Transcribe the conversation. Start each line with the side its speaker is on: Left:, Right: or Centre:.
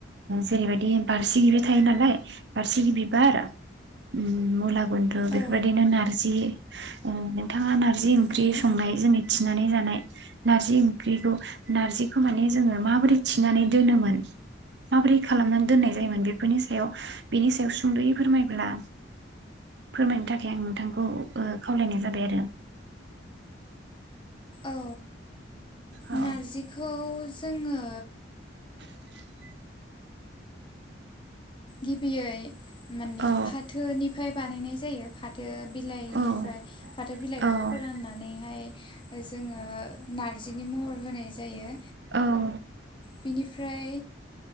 Right: जेरैबायदि बारसि गि थायो नालाय बारसिगि बिबार उ मुला गुन्द्रु बेफोरबायदिनो
Left: औ
Right: नार्जि नोंथाङा नारजि ओंख्रि
Left: नंगौ
Right: संनाय जोंनि थिनानै जानाय नारजि ओंख्रिखौ नारजिखौ माने जोङो माबोरै थिनानै दोनोमोन माबोरै खालामनानै दोननाय जायोमोन बेफोरनि सायाव बेनि सायाव सुंद'यै फोरमायब्ला फोरमायनो थाखाय आं नोंथांखौ खावलायनाय जाबाय आरो।
Left: औ
Right: औ
Left: नारजिखौ जोङो
Right: <inaudible>
Left: गिबियै माने
Right: औ
Left: फाथोनि फ्राय बानायनाय जायो फाथो बिलाइनिफ्राय
Right: औ
Left: फाथो बिलाइखौ
Right: औ
Left: फोराननानैहाय जोङो नारजिनि महर होनाय जायो
Right: औ
Left: बिनिफ्राय